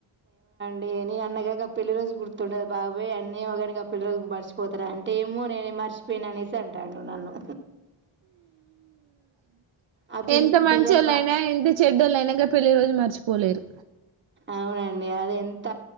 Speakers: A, on the right (about 25°); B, on the right (about 70°).
A: లేని అన్న ఇగ పెళ్లి రోజు గుర్తుండదు బాబాయ్ అన్నీ ఒక పెళ్ళి రోజుకి మర్చిపోతార అంటే ఏమో నేనే మర్చిపోయిన అనే సి అంటాండు నన్ను ఆ పిల్
B: ఎంత మంచోళ్ళైనా
A: పిల్లలు బా
B: ఎంత చెడ్డోళ్ళైనా గ పెళ్లి రోజు మర్చిపోలేరు
A: అవునండి అది ఎంత